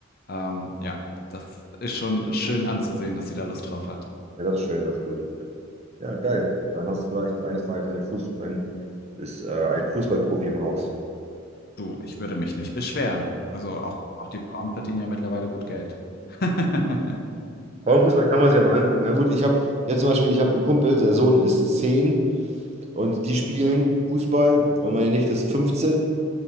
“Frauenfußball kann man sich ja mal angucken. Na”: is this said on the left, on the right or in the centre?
Right